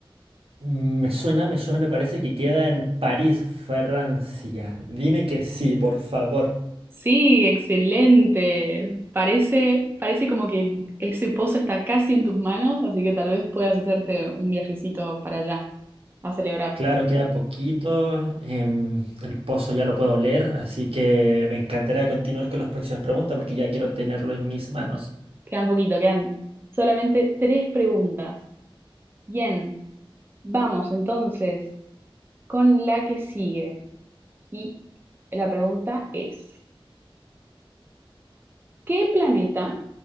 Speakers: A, on the right; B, on the right.
A: me suena, me suena, me parece que queda en París, Francia. Dime que sí, por favor.
B: Sí, excelente. Parece, parece como que ese pozo está casi en tus manos, así que tal vez puedas hacerte un viajecito para allá a celebrar.
A: Claro, queda poquito. em, el pozo ya lo puedo leer, así que me encantaría continuar con las próximas preguntas porque ya quiero tenerlo en mis manos.
B: Quedan poquito, quedan solamente tres preguntas. Bien, vamos entonces con la que sigue. Y la pregunta es, ¿qué planeta